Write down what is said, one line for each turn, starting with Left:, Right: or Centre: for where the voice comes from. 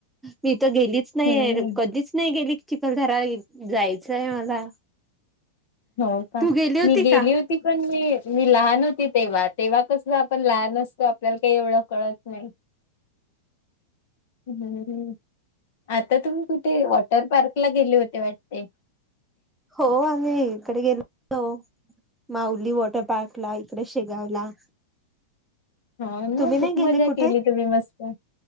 Centre: मी तर गेलीच नाही.
Left: हम्म
Centre: कधीच नाही गेली चिखलधरा जायचंय मला.
Left: हो का.
Centre: तू होती
Left: मी गेली
Centre: का
Left: होती. पण मी लहान होती. तेवा-तेवा कस आपण लहान असतो. आपल्याला काही एवढं कळत नाई. हम्म. आता तुम्ही कुठे वॉटर पार्क ला गेले होते वाटतेय.
Centre: हो आम्ही इकडे गेलतो. माउली वॉटर पार्क ला इकडे शेगावला.
Left: हाव ना
Centre: तुम्ही नाही
Left: खूप
Centre: गेले
Left: मजा
Centre: कुठे
Left: केली तुम्ही मस्त.